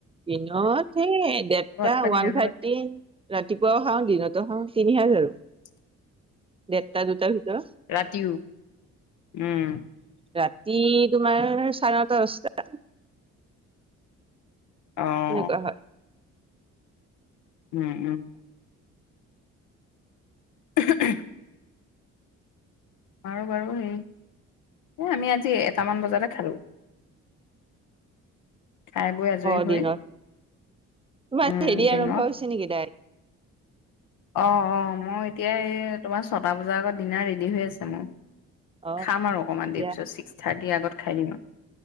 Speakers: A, on the right; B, on the left.
A: দিনত সেই দেৰটা
B: খোৱা
A: ওৱান
B: দিনতো
A: থাৰ্টি
B: ভাত খোৱা,
A: ৰাতিপুৱাও খাও দিনতো খাও তিনি। <unintelligible>
B: <inaudible>
A: দেৰটা দুটাৰ ভিতৰত
B: ৰাতিও উম।
A: ৰাতি তোমাৰ চাৰে দস্তাত।
B: অ'
A: সনেকুৱা হয়।
B: উম - উম। <unintelligible> আৰু বাৰু হে আমি আজি এটামান বজাতে খালো। খাই বৈ আজৰি
A: অ
B: হৈ
A: দিনত তোমাৰ
B: উম
A: হেৰি
B: দিনত
A: আৰম্ভ হৈছে নেকি
B: অ - অ মই এতিয়া এই তোমাৰ ছটা বজাৰ আগত ডিনাৰ ৰেডি হৈ আছে মোৰ।
A: অ
B: খাম আৰু অকমান
A: তেতিয়া
B: দেৰি পিছত ছিক্স থাৰ্টিৰ আগত খাই দিম আৰু